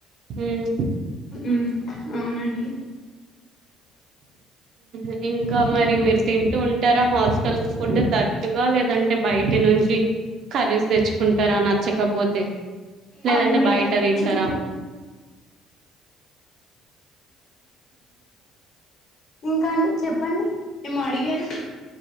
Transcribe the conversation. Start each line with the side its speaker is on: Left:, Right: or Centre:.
Right: ఉమ్
Left: ఉమ్మ్ అవునండి
Right: మ్మ్ ఇంకా మరి మీరు తింటూ ఉంటారా హా స్టల్ ఫుడ్ తరచుగా లేదంటే బయటి నుంచి కర్రీస్ తెచ్చుకుంటారా నచ్చకపోతే లేదంటే
Left: అమ్మే
Right: బయట
Left: అది
Right: తింటారా
Left: చితికుటు ఇంకా అండి చెప్పండి ఏమో అడిగారు